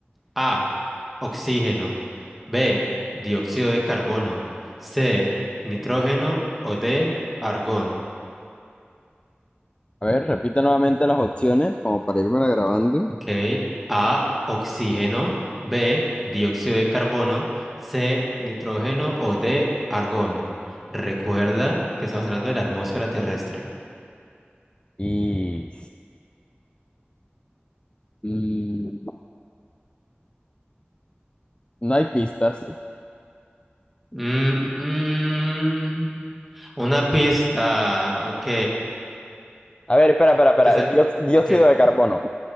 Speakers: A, in the centre; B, on the left.
A: A, oxígeno. B, dióxido de carbono. C, nitrógeno o D, argón.
B: A ver, repite nuevamente las opciones como para irme grabando.
A: Ok. A, oxígeno. B, dióxido de carbono. C, nitrógeno. O D, argón. Recuerda que estamos hablando de la atmósfera terrestre.
B: Y... mm, no hay pistas.
A: Mm, mm. Una pista. Ok.
B: A ver, espera, espera, espera.
A: Te sa-
B: El dió- dióxido
A: ok.
B: de carbono.